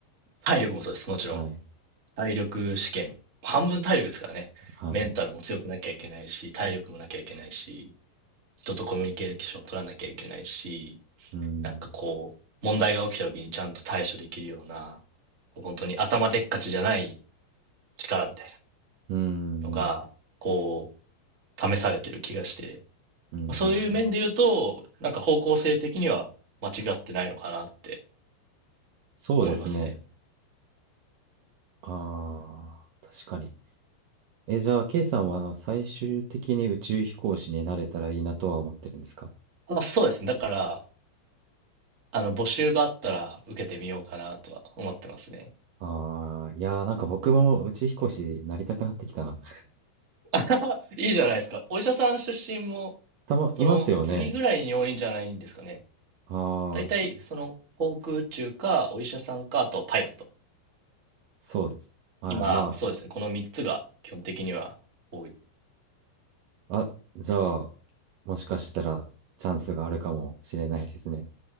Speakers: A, on the right (about 45°); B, on the right (about 75°).
A: 体力もそうです。もちろん。
B: はい、
A: 体力試験。半分体力ですからね。
B: はい。
A: メンタルも強くなきゃいけないし、体力もなきゃいけないし、人とコミュニケーション取らなきゃいけないし、
B: うん。
A: なんかこう、問題が起きた時にちゃんと対処できるような、こう本当に頭でっかちじゃない力みたい
B: うん、
A: なのが、
B: うん、
A: こう、試されてる気がして、
B: うん、うん。
A: まあそういう面で言うと、
B: うん
A: なんか方向性的には間違ってないのかなって
B: そうですね。
A: 思いますね。
B: ああ、確かに。え、じゃあ、ケイさんは最終的に宇宙飛行士になれたらいいなとは思ってるんですか
A: あ、そうですね。だから、あの、募集があったら受けてみようかなとは思ってますね。
B: ああー、いやー、なんか僕も宇宙飛行士になりたくなってきたな。
A: <laughs> いいじゃないですか。お医者さん出身も、
B: たま、
A: その次ぐらいに多いんじゃないんですかね。
B: いますよね。ああ、
A: 大体、
B: そ、
A: その航空宇宙か、お医者さんか、あとパイロット。
B: そうです。あー、
A: 今、
B: ま
A: そうですね。この3つが基本的には多い。い
B: あ、あ、じゃあ、もしかしたらチャンスがあるかもしれないですね。